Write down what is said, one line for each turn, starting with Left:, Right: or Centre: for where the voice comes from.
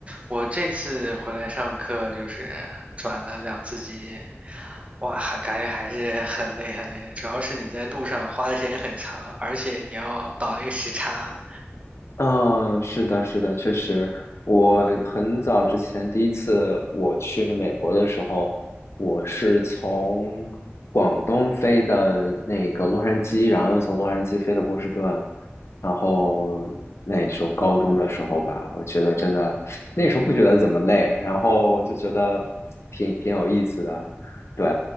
Right: 我这次回来上课就是转了两次机，哇，还感觉还是很累很累，主要是你在路上花的时间很长，而且你要倒那个时差，
Left: 嗯，是的，是的，确实，我很早之前第一次我去美国的时候，我是从广东飞的那个洛杉矶，然后又从洛杉矶飞的波士顿，然后那时候高中的时候吧，我觉得真的那时候不觉得怎么累，然后就觉得挺挺有意思的，对，